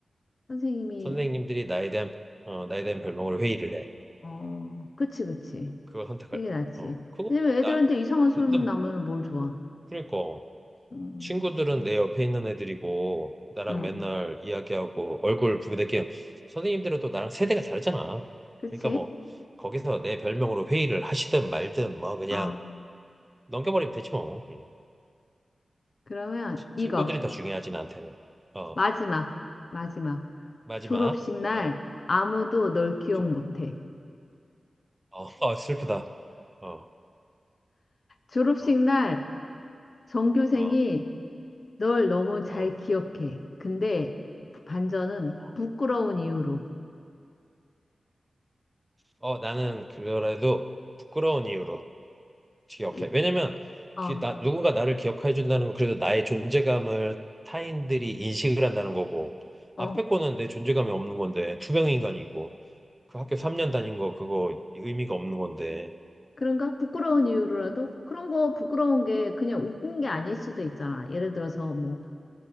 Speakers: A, on the left (about 50°); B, on the right (about 15°).
A: 선생님이,
B: 선생님들이 나에 대한 어, 나에 대한 별명으로 회의를 해.
A: 어, 그치, 그치.
B: 그걸 선택할래.
A: 이게 낫지.
B: 어, 그거
A: 왜냐면
B: 뭐난
A: 애들한테 이상한
B: 그래도
A: 소문 나면 뭘 좋아.
B: 그러니까
A: 음,
B: 친구들은 내 옆에 있는 애들이고 나랑
A: 응,
B: 맨날 이야기하고 얼굴 부비대끼는 선생님들은 또 나랑 세대가 다르잖아.
A: 그치?
B: 그러니까 뭐 거기서 내 별명으로 회의를 하시든 말든 뭐 그냥
A: 어,
B: 넘겨버리면 되지 뭐. 음.
A: 그러면
B: 치-
A: 이거.
B: 친구들이 더 중요하지 나한테는. 어,
A: 마지막, 마지막.
B: 마지막.
A: 졸업식 날
B: 어,
A: 아무도 널 기억
B: 저-
A: 못 해.
B: 어, <laughs> 어, 슬프다. 어,
A: 졸업식
B: 어,
A: 날 전교생이
B: 어,
A: 널 너무 잘
B: 어.
A: 기억해. 근데 반전은
B: 어.
A: 부끄러운 이유로.
B: 어, 나는 그래도 부끄러운 이유로 기억해.
A: 기-
B: 왜냐면
A: 어,
B: 기, 나, 누군가 나를 기억해 준다는 건 그래도 나의 존재감을 타인들이 인식을 한다는 거고
A: 어.
B: 앞에 거는 내 존재감이 없는 건데 투병 인간이고 그 학교 3년 다닌 거 그거 의미가 없는 건데
A: 그런가? 부끄러운 이유로라도?
B: 음,
A: 그런 거 부끄러운 게 그냥 웃긴 게 아닐 수도 있잖아. 예를 들어서 뭐